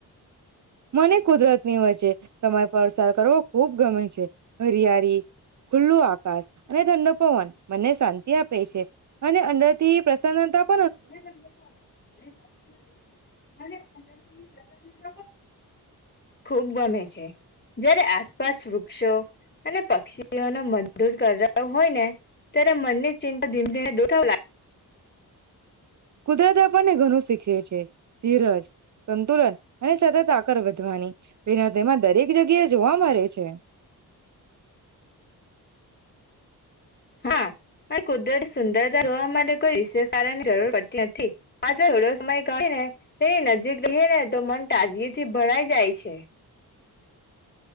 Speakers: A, on the right; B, on the left.
A: મને કુદરતની વચ્ચે સમય પરસાર કરવો ખુબ ગમે છે. હરિયારી ખુલ્લું આકાશ. અને ઠંડો પવન મને શાંતિ આપે છે. અને અંદર થી <unintelligible>
B: <unintelligible> <unintelligible> ખુબ ગમે છે જયારે આસપાસ વૃક્ષો અને પક્ષીઓનો મત દૂર કર હોય ને ત્યારે મનની ચિંતા ધીમે ધીમે દૂર થવા
A: કુદરત આપણને ઘણું શીખવે છે. ધીરજ. સંતુલન અને સતત આગળ વધવાની. <unintelligible> જગ્યા જોવા મળ છે.
B: હા કુદરત સુંદરતા જોવા માટે કોઈ વિશેષ કારણની જરૂર પડતી નથી પાછ થોડો સમય કને એ નજીક ર ને તો મન તાજગી થી ભરાઈ જાય છે.